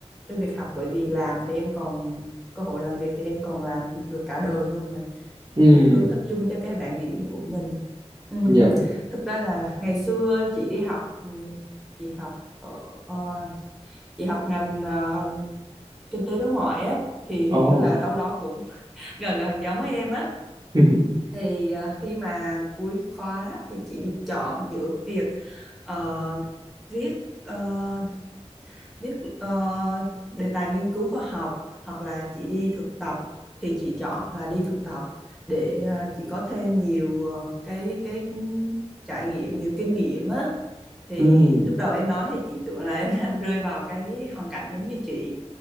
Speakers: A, in the centre; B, on the right.
A: cho việc học bởi vì làm thì em còn cơ hội làm việc thì em còn làm được cả đời luôn mà
B: ừ
A: thì cứ tập trung cho cái bảng điểm của mình Ừm,
B: dạ
A: thực ra là ngày xưa chị đi học ừm, chị học ở ờ, chị học ngành ờ, kinh tế đối ngoại á thì hình
B: oh
A: như là đâu đó cũng <laughs> gần gần giống em á
B: <laughs>
A: thì ờ, khi mà cuối khóa thì chị được chọn giữa việc ờ, viết ờ, viết ờ, đề tài nghiên cứu khoa học hoặc là chị đi thực tập thì chị chọn là đi thực tập để ờ, chị có thêm nhiều ờ, cái cái trải nghiệm nhiều kinh nghiệm á thì
B: ừ
A: lúc đầu em nói thì chị tưởng là em <laughs> đang rơi vào cái hoàn cảnh giống như chị